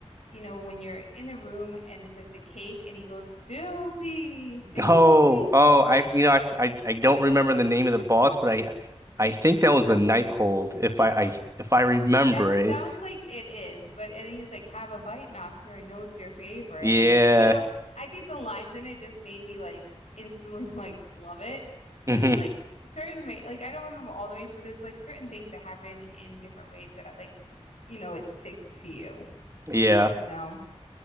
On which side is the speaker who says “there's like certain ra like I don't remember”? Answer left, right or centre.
Left